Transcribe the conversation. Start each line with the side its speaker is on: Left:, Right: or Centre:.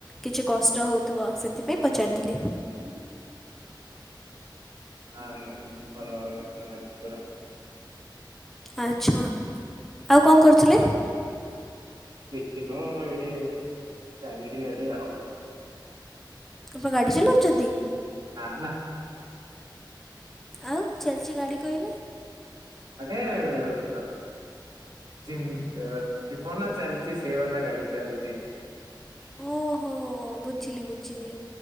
Centre: କିଛି କଷ୍ଟ ହେଉଥିବ ସେଥିପାଇଁ ପଚାରିଥିଲି।
Right: <inaudible> ହା ନା ଭଲ ଭାବରେ ଶୁଣାାଯାଉଛି ପୁରା।
Centre: ଆଚ୍ଛା ଆଉ କଂ କରୁଥିଲେ?
Right: କିଛି ନୁହ ଏଡେ ଚାଲିଛି ୟାଡେ ଆଉ।
Centre: ଆପ ଗାଡି ଚଲଉଚନ୍ତି?
Right: ନା ନା।
Centre: ଆଉ ଚାଲିଚି ଗାଡ଼ି କହିଲେ।
Right: ମାନେ ବ ଜିମ୍ ଏ ଜୀବନ ଚାଲିଚି ସେଇ ବାଲା ଗାଡି ଚାଲିଚି।
Centre: ଓହୋ ବୁଝିଲି ବୁଝିଲି